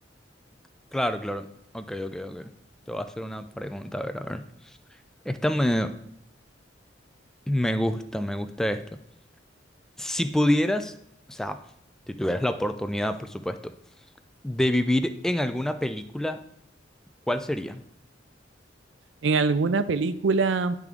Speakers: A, in the centre; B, on the right.
A: <laughs> Claro, claro. Ok, ok, ok. Te voy a hacer una pregunta, a ver, a ver. Esta me, Me gusta, me gusta esto. Si pudieras, o sea, si tuvieras la oportunidad, por supuesto, de vivir en alguna película, ¿cuál sería?
B: En alguna película,